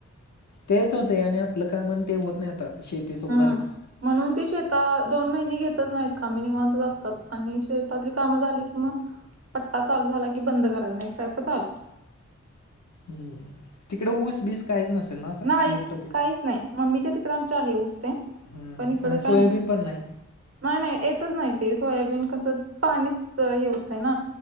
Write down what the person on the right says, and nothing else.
हम्म
म्हणून ते शेतात दोन महिने घेतच नाहीत काम हे निवांतच असतात आणि शेतातली कामं झाली की मग पट्टा चालू झाला की बंद करायचा आणि एक सारखं चालू.
नाहीच
काहीच नाही, मम्मीच्या तिकडं आमच्या हे ऊस ते.
पण इकडं
काय
नाही नाही येतच नाही ते सोयाबीन कसं पाणीच हे हुतंय ना.